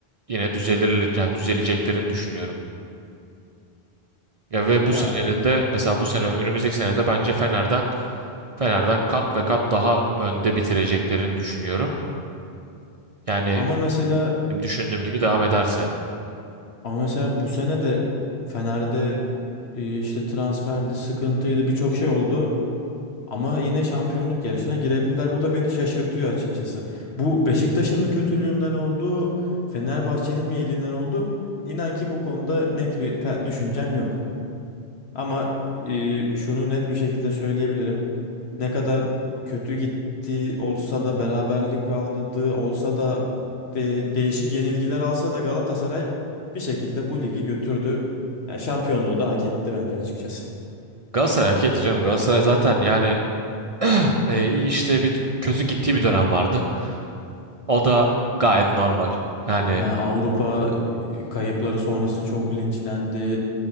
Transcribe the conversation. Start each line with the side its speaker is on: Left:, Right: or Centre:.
Right: yine düzelir yani düzeleceklerini düşünüyorum. Ya ve bu
Left: Ya
Right: senenin de mesela bu sene önümüzdeki sene de bence Fener'den Fener'den kat ve kat daha önde bitireceklerini düşünüyorum. Yani
Left: ama mesela
Right: düşündüğüm gibi devam ederse.
Left: ama mesela bu sene de Fener'de e, işte transferdi, sıkıntıydı, birçok şey oldu. Ama yine şampiyonluk yarışına girebildiler. Bu da beni şaşırtıyor açıkçası. Bu Beşiktaş'ın mı kötülüğünden oldu, Fenerbahçe'nin mi iyiliğinden oldu? İnan ki bu konuda net bir ka- düşüncem yok. Ama e, şunu net bir şekilde söyleyebilirim. Ne kadar kötü gittiği olsa da beraberlik aldığı olsa da e, değişik yenilgiler alsa da Galatasaray bir şekilde bu ligi götürdü. Yani şampiyonluğu da hak etti bence açıkçası.
Right: Galatasaray hak etti canım. Galatasaray zaten yani e, iyi işte bir kötü gittiği bir dönem vardı. O da gayet normal. Yani
Left: Yani Avrupa e, kayıpları sonrası çok linçlendi